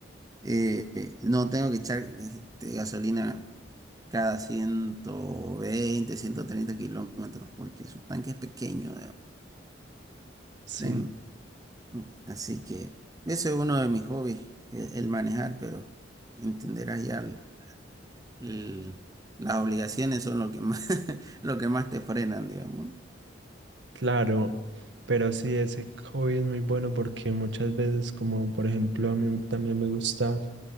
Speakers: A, on the right; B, on the right.
A: eh, eh, no tengo que echar este, gasolina cada ciento veinte, ciento treinta kilómetros porque su tanque es pequeño,
B: Sí.
A: digamos. ¿no? Así que ese es uno de mis hobbies, el, el manejar, pero entenderás ya el- el- las obligaciones son lo que más, <laughs> lo que más te frenan, digamos. ¿no?
B: Claro, pero sí, ese hobby es muy bueno porque muchas veces, como por ejemplo, a mí también me gusta